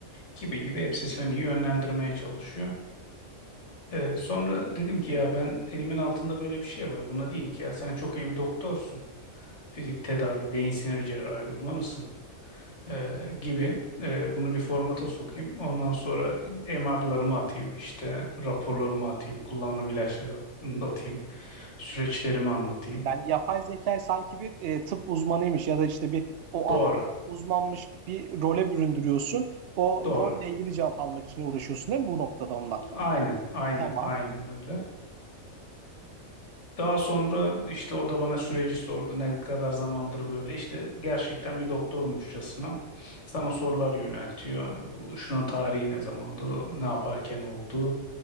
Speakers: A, on the left; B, on the right.
A: gibi gibi hepsi seni yönlendirmeye çalışıyor. Ee, sonra dedim ki ya ben elimin altında böyle bir şey var. Buna diyeyim ki ya sen çok iyi bir doktorsun. Fizik tedavi, beyin sinir cerrahi uzmanısın ee, gibi. Ee, bunu bir formata sokayım. Ondan sonra MR'larımı atayım işte raporlarımı atayım, kullandığım ilaçları atayım, süreçlerimi anlatayım.
B: Yani yapay zeka sanki bir e, tıp uzmanıymış ya da işte bir o
A: Doğru,
B: alanda uzmanmış bir role büründürüyorsun. O
A: doğru.
B: rolle ilgili cevap almak için uğraşıyorsun değil mi bu noktada ondan?
A: Aynen, aynen,
B: Tamam.
A: aynen öyle. Daha sonra işte o da bana süreci sordu. Ne kadar zamandır böyle. İşte gerçekten bir doktormuşçasına sana sorular yöneltiyor. Şunun tarihi ne zamandı, ne yaparken oldu